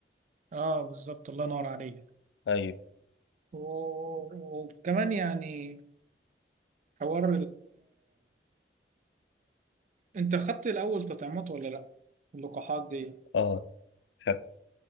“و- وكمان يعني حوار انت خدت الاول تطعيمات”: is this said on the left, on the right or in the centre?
Right